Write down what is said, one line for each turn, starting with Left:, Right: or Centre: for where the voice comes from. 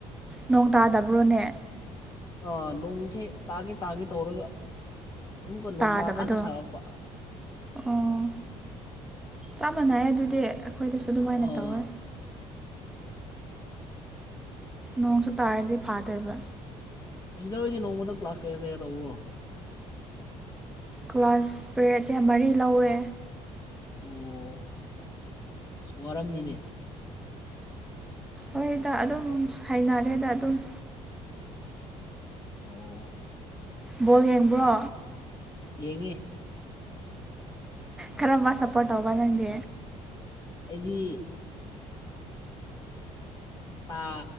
Centre: ꯅꯣꯡ ꯇꯥꯗꯕ꯭ꯔꯣꯅꯦ
Left: ꯑꯥ ꯅꯣꯡꯁꯦ ꯇꯥꯒꯦ ꯇꯥꯒꯦ ꯇꯧꯔꯒ ꯑꯃꯨꯛꯀ ꯅꯨꯡꯁꯥ
Centre: ꯇꯥꯗꯕꯗꯣ
Left: ꯀꯟꯅ ꯁꯥꯔꯛꯄ
Centre: ꯑꯣ ꯆꯞ ꯃꯥꯟꯅꯩ ꯑꯗꯨꯗꯤ ꯑꯩꯈꯣꯏꯗꯁꯨ ꯑꯗꯨꯃꯥꯏꯅ
Left: ꯑꯥ
Centre: ꯇꯧꯋꯦ ꯅꯣꯡꯁꯨ ꯇꯥꯔꯗꯤ ꯐꯥꯗꯣꯏꯕ
Left: ꯁꯤꯁꯇꯔꯍꯣꯏꯗꯤ ꯅꯣꯡꯃꯗ ꯀ꯭ꯂꯥꯁ ꯀꯌꯥ ꯀꯌꯥ ꯇꯧꯕ꯭ꯔꯣ
Centre: ꯀ꯭ꯂꯥꯁ ꯄꯦꯔꯦꯠꯁꯦ ꯃꯔꯤ ꯂꯧꯋꯦ
Left: ꯑꯣ ꯑꯁ ꯋꯥꯔꯝꯅꯤꯅꯦ
Centre: ꯍꯣꯏꯗ ꯑꯗꯨꯝ ꯍꯥꯏꯅꯔꯦꯗ ꯑꯗꯨꯝ
Left: ꯑꯣ
Centre: ꯕꯣꯜ ꯌꯦꯡꯕ꯭ꯔꯣ
Left: ꯌꯦꯉꯤ
Centre: ꯀꯔꯝꯕ ꯁꯞꯄꯣꯔꯠ ꯇꯧꯕ ꯅꯪꯗꯤ
Left: ꯑꯩꯗꯤ ꯇꯥ